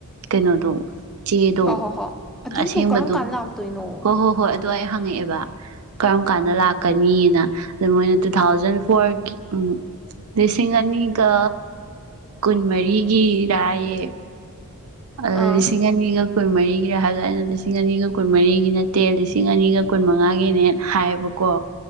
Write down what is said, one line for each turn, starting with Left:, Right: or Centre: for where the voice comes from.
Right: ꯀꯩꯅꯣꯗꯣ ꯆꯦꯗꯣ
Centre: ꯍꯣ ꯍꯣ ꯍꯣ ꯑꯗꯨꯗꯣ
Right: ꯑꯁꯦꯡꯕꯗꯣ
Centre: ꯀꯔꯝ ꯀꯥꯟꯅ ꯂꯥꯛꯇꯣꯏꯅꯣ
Right: ꯍꯣꯏ ꯍꯣꯏ ꯍꯣꯏ ꯑꯗꯣ ꯑꯩ ꯍꯪꯉꯛꯑꯦꯕ ꯀꯔꯝ ꯀꯥꯟꯗ ꯂꯥꯛꯀꯅꯤꯅ ꯑꯗꯨ ꯃꯣꯏꯅ ꯇꯨ ꯊꯥꯎꯖꯟ ꯐꯣꯔꯒꯤ ꯎꯝ ꯂꯤꯁꯤꯡ ꯑꯅꯤꯒ ꯀꯨꯟꯃꯔꯤꯒꯤ ꯔꯥꯏꯌꯦ ꯑ
Centre: ꯑꯥ
Right: ꯂꯤꯁꯤꯡ ꯑꯅꯤꯒ ꯀꯨꯟꯃꯔꯤꯒꯤꯔ ꯍꯥꯏꯕꯗꯣ ꯑꯩꯅ ꯂꯤꯁꯤꯡ ꯑꯅꯤꯒ ꯀꯨꯟꯃꯔꯤꯒꯤ ꯅꯠꯇꯦ ꯂꯤꯁꯤꯡ ꯑꯅꯤꯒ ꯀꯨꯟꯃꯉꯥꯒꯤꯅꯦ ꯍꯥꯏꯕꯀꯣ